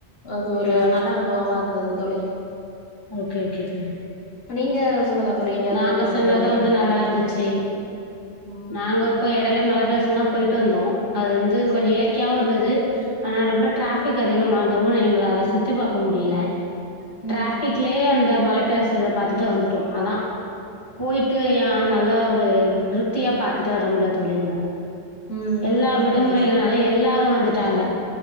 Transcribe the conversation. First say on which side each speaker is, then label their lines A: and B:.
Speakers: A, on the left; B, on the left.
A: அது ஒரு
B: ம்
A: நல்ல அனுபவமா இருந்தது தோழி
B: ஓகே ஓகே தோழி
A: நீங்க சொல்லுங்க தோழி எங்கயாவது
B: நாங்க
A: போயிட்டு வந்தது
B: சென்னது
A: ஒரு
B: வந்து
A: நல்ல
B: நல்லா
A: இதா
B: இருந்துச்சி
A: ம்
B: நாங்க இப்ப எடைல மலப்பிரதேசந்தா போய் ட்டு வந்தோ அது வந்து கொஞ்ச
A: ம்
B: இயற்கையாவு இருந்துது ஆனா ரொம்ப டிராஃபிக் அதிகமா இருந்தவு எங்களால சுத்தி பாக்க முடியல
A: ம்
B: டிராஃபிக்லேயே அந்த மலை பிரதேசத பாத்துட்டு வந்துட்டோ அதா போயிட்டு ஏ நல்லா ஒரு திருப்தியா பாத்துட்டு வர முடில தோழி அங்க
A: ம்
B: எல்லா விடுமுறைகளனாலு
A: அதுதா
B: எல்லாரு வந்துட்டாங்க